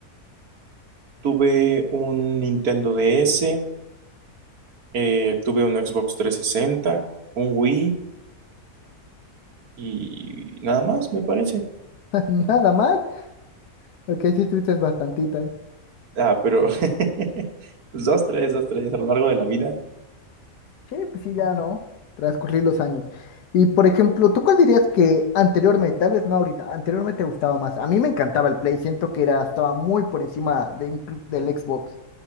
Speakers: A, on the right; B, on the left.
A: tuve un Nintendo DS. Eh, tuve un Xbox 360, un Wii y nada más, me parece.
B: <laughs> Nada más. Ok, sí tuviste bastantitas.
A: Ah, pero <laughs> pues dos, tres, dos, tres a lo largo de la vida.
B: Sí, pues sí, ya no. Transcurrir los años. Y por ejemplo, ¿tú cuál dirías que anteriormente, tal vez no ahorita, anteriormente te gustaba más? A mí me encantaba el Play, siento que era, estaba muy por encima de inclu- del Xbox,